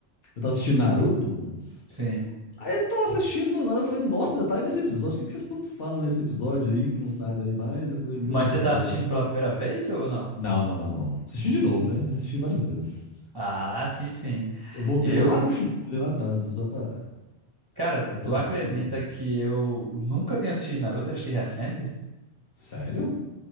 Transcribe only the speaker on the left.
Eu tava assistindo Naruto, moço.
Aí eu tô assistindo do nada, eu falei, nossa, ainda tá aí nesse episódio. O que que vocês tanto falam nesse episódio aí que não sai daí mais? Eu falei, meu
Jesus.
Não, não, não, não. Assisti de novo, né? Eu Assisti várias vezes.
Eu voltei
lá no Shippuden, lá atrás, só pra, pra
eu começar
a assistir novamente.
Sério?